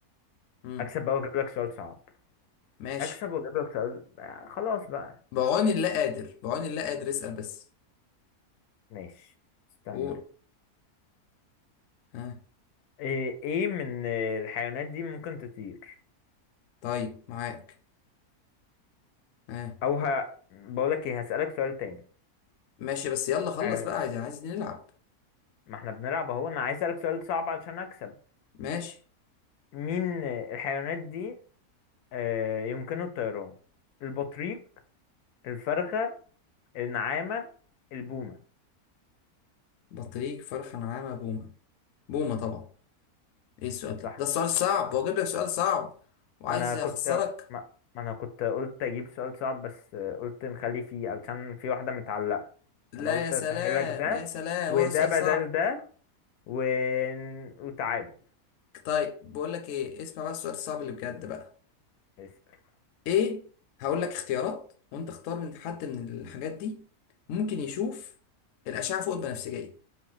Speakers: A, on the left; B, on the left.
A: امم
B: اكسب بقى واجيب لك سؤال صعب
A: ماشي
B: اكسب واجيب لك سؤال آه، خلاص بقى
A: بعون الله قادر بعون الله قادر اسال بس
B: ماشي استنى
A: قول
B: بقى
A: ها
B: ايه إيه من الحيوانات دي ممكن تطير
A: طيب معاك ها
B: او ه... بقول لك ايه هسألك سؤال تاني
A: ماشي بس يلا خلص
B: آه،
A: بقى عايز عايز نلعب
B: ما احنا بنلعب اهو انا عايز اسألك سؤال صعب علشان اكسب
A: ماشي
B: مين الحيوانات دي آه، يمكنه الطيران البطريق الفرخة النعامة البومة
A: بطريق فرخة نعامة بومة بومة طبعا ايه السؤال ده
B: صح
A: ده السؤال الصعب واجيب لك سؤال صعب وعايز
B: ما انا كنت
A: اخسرك
B: ما, ما انا كنت قلت اجيب سؤال صعب بس آه، قلت نخلي فيه علشان في واحدة متعلقة
A: لا
B: فانا قلت
A: يا سلام
B: اسهلك ده
A: يا سلام
B: وده
A: هو ده سؤال
B: بدل
A: صعب
B: ده و... وتعادل
A: طيب بقول لك ايه اسمع بقى السؤال الصعب اللي بجد بقى
B: اسأل
A: ايه هقول لك اختيارات وانت اختار من حد من الحاجات دي ممكن يشوف الاشعه فوق البنفسجيه